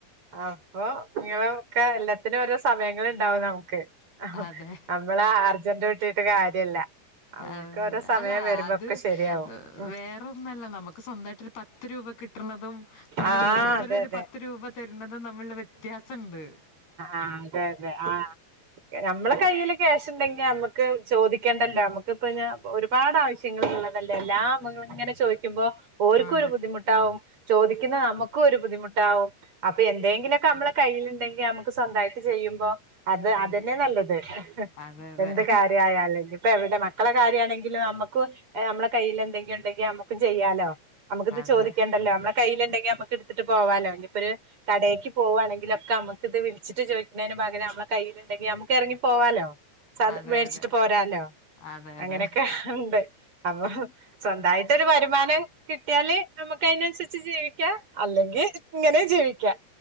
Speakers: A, on the right (about 35°); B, on the left (about 70°).
A: അപ്പൊ ഇങ്ങളൊക്കെ എല്ലത്തിനും ഓരോ സമയങ്ങള് ണ്ടാവും നമുക്ക് അ ഹ്
B: അതെ
A: നമ്മളാർജന്റൂട്ടീട്ട് കാര്യല്ല നമുക്ക്
B: അതെ
A: ഓരോ
B: അതെ
A: സമയം
B: അല്ല
A: വരുമ്പോക്കെ
B: അത്
A: ശരിയാവും ഉം
B: വേറൊ ന്നല്ല നമക്ക് സ്വന്തായിട്ട് ഒരു പത്ത് ത്ത് രൂപ കിട്ട്റ്ണതും പിന്നെ
A: ആഹ്
B: മൂപ്പര്
A: അതെ
B: രു
A: അതെ
B: പത്ത് രൂപ തരുന്നതും തമ്മില്ലുള്ള വ്യത്യാസണ്ട്
A: ആ അങ്കെലെ ആ എനമ്മളെ കയ്യില് ക്യാഷ്ണ്ടെങ്കി ഞമ്മക്ക് ചോദിക്കണ്ടല്ലോ നമ്മക്ക് പിന്നാ ഒരുപാട് ആവിശ്യങ്ങൾ ള്ളതല്ലേ എല്ലാം മ്മള് ഇങ്ങനെ ചോയ്ക്കുമ്പോ ഓൽക്കും
B: അതെ
A: ഒരു ബുദ്ധിമുട്ടാവും ചോദിക്കുന്ന നമുക്കും ഒര് ബുദ്ധിമുട്ടാവും അപ്പ എന്തേങ്കിലൊക്കെ അമ്മളെ കയ്യില്ണ്ടെങ്കി നമ്മുക്ക് സ്വന്തായിട്ട് ചെയ്യുമ്പോ അത്
B: അതെ
A: അതന്നെ നല്ലത്. <inaudible>
B: അതെ അതെ
A: എന്ത് കാര്യായാലും ഇപ്പ എവിടെ മക്കളെ കാര്യാണെങ്കിലും നമ്മുക്കും ഏഹ് നമ്മളെ കയ്യില് എന്തെങ്കിലുണ്ടെങ്കി നമ്മുക്കും ചെയ്യാലോ നമുക്ക് ഇത്
B: അതെ
A: ചോദിക്കണ്ടല്ലോ, നമ്മളെ കയ്യില്ണ്ടെങ്കി നമുക്ക് ഇടുത്തിട്ട് പോവാലോ ഇനിപ്പൊര് കടേക്ക് പോവാണെങ്കിലൊക്കെ നമുക്ക് ഇത് വിളിച്ചിട്ട് ചോദിക്ക്ണേന് പകരം നമ്മളെ കയ്യിലുണ്ടെങ്കി നമുക്ക് എറങ്ങിപ്പോവാലോ സാധനം
B: അതെ
A: മേടിച്ചിട്ട്
B: അതെ
A: പോരാലോ
B: അതെ അതെ
A: അങ്ങനെയൊക്കെ ഉണ്ട്. അപ്പൊ സ്വന്തായിട്ടൊരു വരുമാനം കിട്ടിയാല് നമ്മുക്കായ്നൻസരി ച്ച് ജീവിക്ക അല്ലെങ്കി ഇങ്ങനെ
B: ആഹ്
A: ജീവിക്കാം